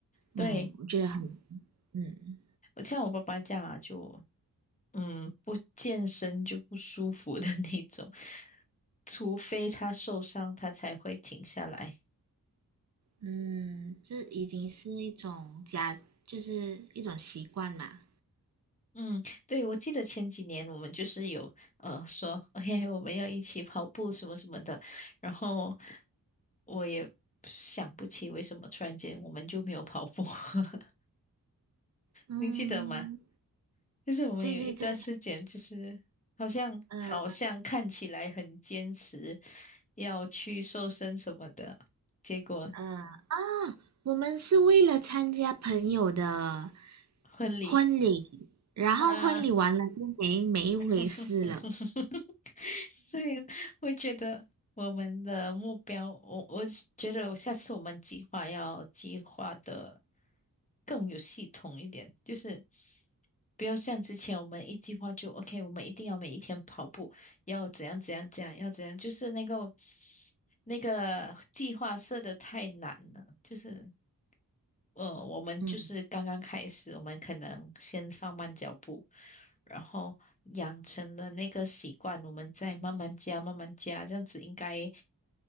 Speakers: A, on the left; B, on the right.
A: 对，
B: 嗯，我觉得很，嗯
A: 像我爸爸这样啊，就。嗯，不健身就不舒服的 <laughs> 那种，除非他受伤，他才会停下来。
B: 嗯，这已经是一种家，就是一种习惯嘛。
A: 嗯，对，我记得前几年我们就是有呃说，哎，我们要一起跑步什么什么的，然后我也想不起为什么突然间我们就没有跑步，<laughs>
B: 嗯，
A: 你记得吗？就是我们有一段时间，
B: 对对对，
A: 就是好像好像看起来很坚持
B: 呃
A: 要去瘦身什么的，结果。
B: 呃，我们是为了参加朋友的
A: 婚礼
B: 婚礼，然后婚礼完了就没没一回事了，
A: 啊，<laughs> 所以我觉得我们的目标，我我觉得我下次我们计划要计划的更有系统一点，就是不要像之前我们一计划就 OK，我们一定要每一天跑步，要怎样怎样怎样，要怎样，就是那个那个计划设的太难了，就是。呃，我们就是刚刚开始，
B: 嗯，
A: 我们可能先放慢脚步，然后养成了那个习惯，我们再慢慢加，慢慢加，这样子应该，